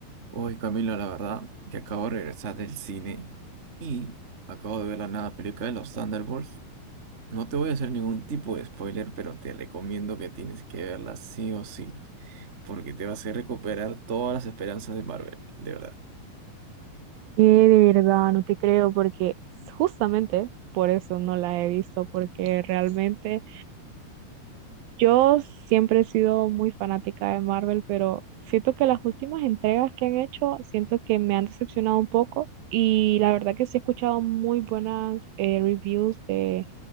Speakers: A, on the right (about 30°); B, on the right (about 75°).
A: Hoy Camilo, la verdad que acabo de regresar del cine y acabo de ver la nueva película de los Thunderbolts. No te voy a hacer ningún tipo de spoiler, pero te recomiendo que tienes que verla sí o sí, porque te va a hacer recuperar todas las esperanzas de Marvel, de verdad.
B: Que de verdad no te creo porque justamente por eso no la he visto, porque realmente yo siempre he sido muy fanática de Marvel, pero siento que las últimas entregas que han hecho, siento que me han decepcionado un poco y la verdad que sí he escuchado muy buenas eh, reviews de,